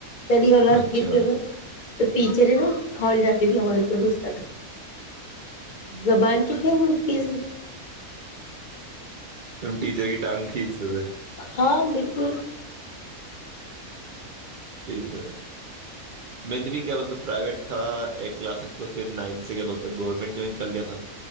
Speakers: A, on the left (about 55°); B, on the right (about 85°).
A: تڑ ہولا
B: اچھا
A: گ تو ٹیچر ہے نا کھول جاتی تھی ہمارےوپر غصہ زبان کیت م پیس
B: تم ٹیچر کی ٹگ کھینچ س ہو
A: ہاں بالکل
B: دھر میں نے بھی کیا مطلب پرائیویٹ تھا ایٹ کلاس تک تو پھر نائنھ سے کیا بولتے گورنمنٹ جوائن کر لیا تھا